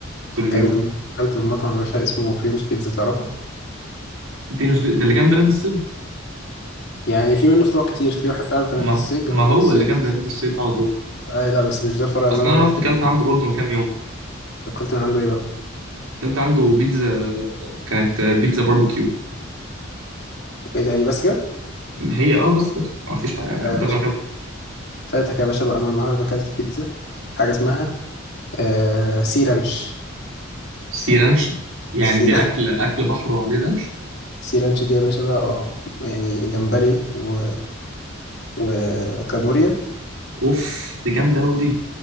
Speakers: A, on the right; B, on the left.
A: طول اليوم
B: اكلت م- اكلت من مطعم يا باشا اسمه بريموس بيتزا تعرفه
A: بينوس بي... ده اللي جنب نادي الصيد
B: يعني في منه فروع كتير في واحد فعلا في
A: ما
B: نادي الصيد
A: ما
B: جنب نادي
A: هو
B: الصيد
A: اللي جنب نادي الصيد ده على طول
B: آه لا بس مش ده الفرع اللي
A: اصلا
B: انا
A: انا
B: روحته
A: رحت اكلت عنده برضه
B: طب
A: من كام يوم
B: اكلت من عنده ايه بقى
A: اكلت عنده بيتزا كانت بيتزا باربيكيو
B: ايه تاني بس كده
A: هي اه بس كده ما فيش بقى
B: لا
A: ده
B: يا باشا
A: اللي اكلته
B: فاتك يا باشا بقى انا النهارده اكلت بيتزا حاجه اسمها آه سيرانش
A: سي رانش يعني
B: سيرانش
A: دي اكل اكل بحر وعليه رانش
B: سيرانش <laughs> دي يا باشا بقى اه يعني جمبري و... وكابوريا
A: اوف دي جامده قوي دي